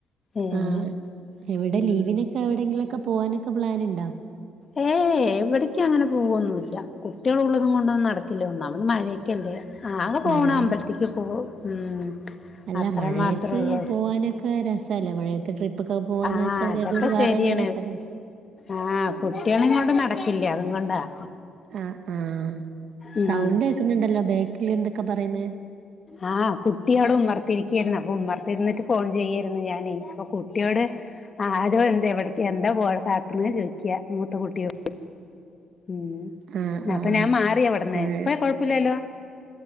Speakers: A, on the left; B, on the right.
A: ഏഹ്
B: ആഹ് എവിടെ
A: ഉം
B: ലീവിനൊക്കെ എവിടെങ്കിലും ഒക്കെ പോവാനൊക്കെ പ്ലാൻ ഇണ്ട
A: ഏയ് എവിടേക്കങ്ങനെ പോവൊന്നുല്ല കുട്ടികളുള്ളതും കൊണ്ടൊന്നും നടക്കില്ല ഒന്നാമത് മഴ ക്കല്ലേ ആക പോണ
B: മഴ
A: അമ്പൽത്തേക്ക് പോകും ഉം
B: അല്ല
A: അത്ര
B: മഴയത്ത്
A: മാത്രേ ഉള്ളൂ
B: പോവാനൊക്കെ രസല്ലെ മഴയത്ത് ട്രിപ്പ പ്പൊക്കെ പോവാന്ന്
A: ആഹ്
B: വച്ചാല്
A: അതൊക്കെ
B: അതൊരു വേറെന്നെ
A: ശരിയാണ്
B: രസല്ലേ
A: ആഹ് കുട്ടികളേം കൊണ്ട് നടക്കില്ല അതും കൊണ്ടാം
B: ആഹ് ആഹ്
A: ഉം
B: സൗണ്ട് കേക്കുന്നുണ്ടല്ലോ ബേക്കില് എന്തൊക്കെ പറയുന്നെ?
A: ആഹ് കുട്ടിയോടെ ഉമ്മർത്തിരിക്കയായിരുന്നു അപ്പൊ ഉമ്മർത്തിരുന്നിട്ട് ഫോൺ ചെയ്യായിരുന്നു ഞാനേ അപ്പൊ കുട്ടിയോട് ആഹ് ആരോ എന്താ എവിടേക്ക് എന്താ കാട്ട്ണേ ചോദിക്ക മൂത്ത കുട്ടിയൊ ഉം
B: ആഹ് ആഹ്
A: അപ്പൊ ഞാൻ മാറിയവിട്ന്ന്
B: മഴ
A: ഇപ്പ കൊഴപ്പില്ലല്ലോ?